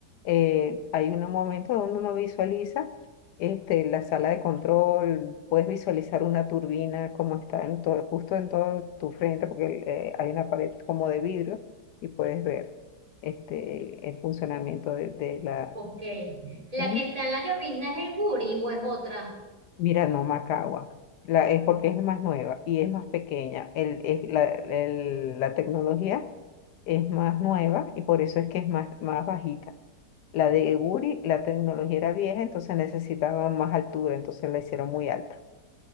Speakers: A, on the left; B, on the right.
A: eh, hay un momento donde uno visualiza este, la sala de control, puedes visualizar una turbina como está en todo, justo en todo tu frente, porque eh, hay una pared como de vidrio y puedes ver este, el funcionamiento de, de la...
B: ok. ¿La
A: Ujú.
B: que está en la llovizna es el Guri o es otra?
A: Mira, no, Macagua. La, es porque es más nueva y es más pequeña. El, es la, el- la tecnología es más nueva y por eso es que es más, más bajita. La de Guri, la tecnología era vieja, entonces necesitaba más altura, entonces la hicieron muy alta.